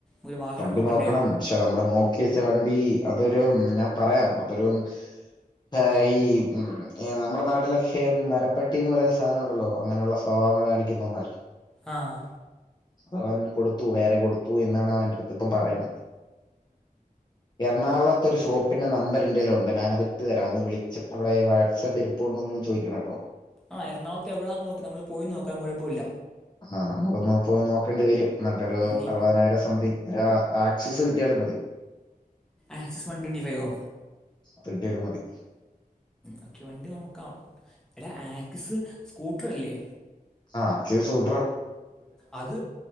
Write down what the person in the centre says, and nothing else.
ഒരു വാഹനം
നോക്കണ്ടേ
ആഹ്
ആ എറണാകുളത്ത് എവിടാന്ന് നോക്ക് നമ്മള് പോയി നോക്കാ കൊഴപ്പമില്ല
ഉം, നീ
ആക്സസ് വൺ ട്വന്റി ഫൈവോ
ഓക്കെ വണ്ടി നോക്കാം എടാ ആക്സ് സ്കൂട്ടറല്ലേ
അത്